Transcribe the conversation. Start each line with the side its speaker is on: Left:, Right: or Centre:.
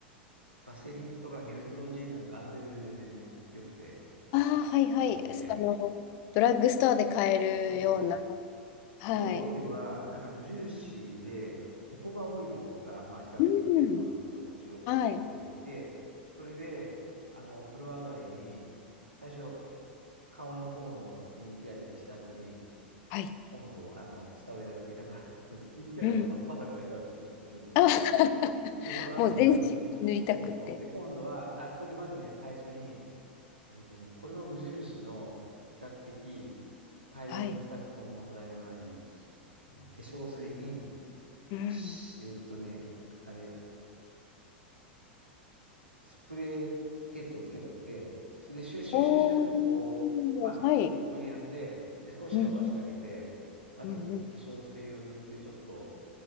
Right: バセリンとかニュートロジーナとかあのレベルで全然良くて、
Left: ああ、はいはい。
Right: 5、600んの。
Left: そあの、ドラッグストアで買えるような。
Right: そうそうそうそ
Left: はい。
Right: う。で、オイルは、なんか無印で、ホホバオイルが、まあ、比較的手頃なので、
Left: うん、
Right: そっちを買っておいて、
Left: はい。
Right: それで、あの、お風呂上がりに、最初、顔の方のスキンケアだけした後に、
Left: はい。
Right: 今度、あの、下をやるわけ。だから、<laughs> スキンケアで真っ裸でやってるっていう、
Left: うん
Right: そういう状態。
Left: あ <laughs>
Right: で、その後塗るん。
Left: もう全身に塗りたくって。
Right: そうそう。で、今度は、あ、それでまずね、最初に、えっとね、これも無印の比較的大量に使っても問題のない、
Left: はい。
Right: えー化粧水に、
Left: うん。
Right: しえっとね、あれ、スプレーヘッドをつけたって、それでシューシューシューシューとこう、
Left: おー、
Right: まあ適当にやって、
Left: はい。
Right: で、少し伸ばしてあげて、
Left: うん、
Right: まず化粧水を塗ってちょっと
Left: うん、うん、うん。